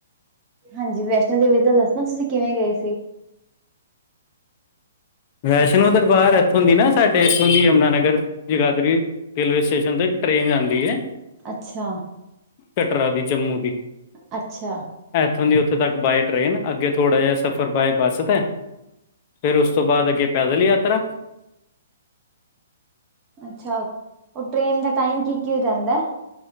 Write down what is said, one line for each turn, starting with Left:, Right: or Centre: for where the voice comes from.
Right: ਹਾਂਜੀ, ਵੈਸ਼ਨੋ ਦੇਵੀ ਦਾ ਦੱਸਣਾ ਤੁਸੀਂ ਕਿਵੇਂ ਗਏ ਸੀ?
Left: ਵੈਸ਼ਨੋ ਦਰਬਾਰ ਇੱਥੋਂ ਦੀ ਨਾ, ਸਾਡੇ ਇੱਥੋਂ ਦੀ ਯਮੁਨਾ-ਨਗਰ ਜਗਾਦਰੀ ਰੇਲਵੇ ਸਟੇਸ਼ਨ ਤੋ, ਇੱਕ ਟ੍ਰੇਨ ਜਾਂਦੀ ਏ।
Right: ਅੱਛਾ।
Left: ਕਟਰਾ ਦੀ ਜੰਮੂ ਦੀ।
Right: ਅੱਛਾ
Left: ਇੱਥੋਂ ਦੀ ਉੱਥੋਂ ਤੱਕ, ਬਾਏ ਟ੍ਰੇਨ, ਅੱਗੇ ਥੋੜਾ ਜਿਹਾ ਸਫ਼ਰ ਬਾਏ ਬੱਸ ਤੇ, ਫਿਰ ਉਸ ਤੋਂ ਬਾਅਦ ਅੱਗੇ ਪੈਦਲ ਯਾਤਰਾ।
Right: ਅੱਛਾ, ਉਹ ਟ੍ਰੇਨ ਦਾ ਟਾਈਮ ਕੀ-ਕੀ ਰਹਿੰਦਾ?